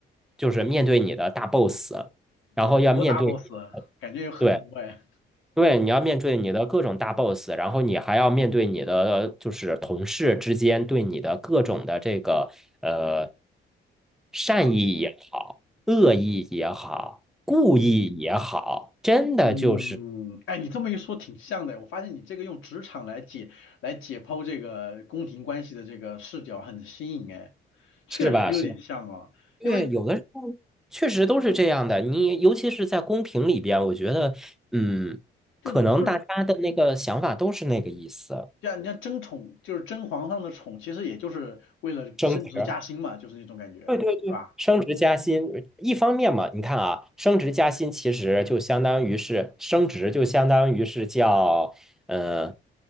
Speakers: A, in the centre; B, on the left (about 80°).
A: 就是面对你的大 boss，然后要面对，
B: 很多大 boss，感觉有很多哎。
A: 对，对，你要面对你的各种大 boss，然后你还要面对你的就是同事之间对你的各种的这个呃善意也好，
B: 啊，
A: 恶意也好，故意也好，真的就是
B: 嗯，哎，你这么一说挺像的。我发现你这个用职场来解来解剖这个宫廷关系的这个视角很新颖哎，确实有点像啊。
A: 是吧？是吧，对，
B: 因为
A: 有的时候确实都是这样的。你尤其是在公屏里边，我觉得嗯，
B: 就就是
A: 可能大家的那个想法都是那个意思，
B: 像你像争宠，就是争皇上的宠，其实也就是为了升职加薪嘛，
A: 争执。
B: 就是那种感觉，
A: 对对对，
B: 是吧？
A: 升职加薪，一方面嘛，你看啊，升职加薪其实就相当于是升职，就相当于是叫嗯呃